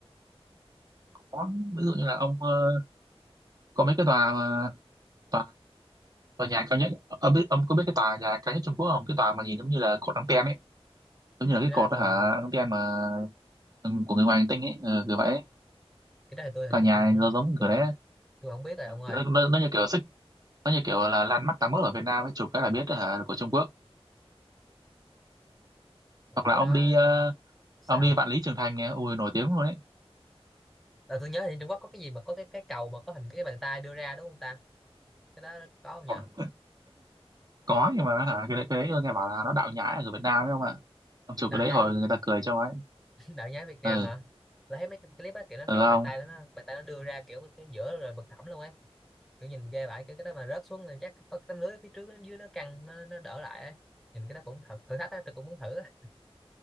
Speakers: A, on the right (about 40°); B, in the centre.
A: có ví dụ như là ông ờ, có mấy cái tòa mà tòa, tòa nhà cao nhất ông biết ông có biết cái tòa nhà cao nhất Trung Quốc không cái tòa mà nhìn giống như là cột anten ấy giống như là cái
B: cái
A: cột
B: đó thì tôi
A: đó hả anten mà ừ, của người ngoài hành tinh ấy ừ, kiểu vậy ấy.
B: cái đó thì tôi hình
A: tòa
B: như
A: nhà
B: tôi không
A: nó giống
B: tôi
A: kiểu đấy ấy.
B: tôi không biết rồi
A: Ừ,
B: ông ơi
A: kiểu nó, nó nó như kiểu xích nó như kiểu là landmark tám mốt ở Việt Nam ấy chụp cái là biết đó hả là của Trung Quốc hoặc
B: kiểu
A: là
B: cái
A: ông
B: đó
A: đi ờ,
B: sao
A: ông đi Vạn Lý Trường Thành nè ui nổi tiếng luôn đấy
B: là tôi nhớ thì Trung Quốc có cái gì mà có cái cái cầu mà có hình cái bàn tay đưa ra đúng không ta cái đó có không nhỉ
A: Ôi, có nhưng mà hả cái đấy, cái đấy nghe bảo là nó đạo nhái ở Việt Nam ấy không ạ ông chụp
B: đạo
A: cái đấy
B: nhái
A: hồi người ta cười cho ấy
B: <laughs> đạo nhái Việt Nam
A: ừ
B: hả tôi thấy mấy cái clip á kiểu nó
A: ừ
B: cái
A: ông
B: bàn tay đó nó bàn tay nó đưa ra kiểu cái giữa rồi bật thẳm luôn ấy kiểu nhìn ghê vãi kiểu cái đó mà rớt xuống thì chắc có cái tấm lưới phía trước nó dưới nó căng nó, nó đỡ lại ấy nhìn cái đó cũng thật thử thách á tôi cũng muốn thử á.